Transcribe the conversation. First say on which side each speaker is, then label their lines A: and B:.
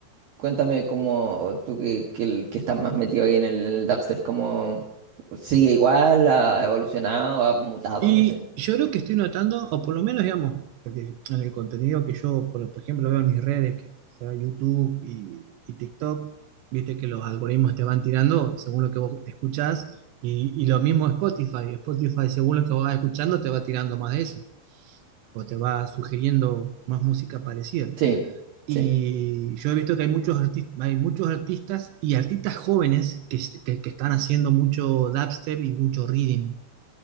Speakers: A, on the right; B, on the right.
A: Cuéntame cómo tú que, que, el- que estás más metido ahí en el, en el dubstep, cómo sigue igual, ha evolucionado, ha mutado,
B: Y
A: no sé.
B: yo creo que estoy notando, o por lo menos, digamos, porque en el contenido que yo, por, por ejemplo, veo en mis redes, que sea YouTube y, y TikTok, viste que los algoritmos te van tirando según lo que vos escuchás, y, y lo mismo Spotify. Spotify, según lo que vos vas escuchando, te va tirando más de eso, o te va sugiriendo más música parecida.
A: Sí,
B: Y
A: sí,
B: yo he visto que hay muchos, arti- hay muchos artistas y artistas jóvenes que, se- que, que están haciendo mucho dubstep y mucho reading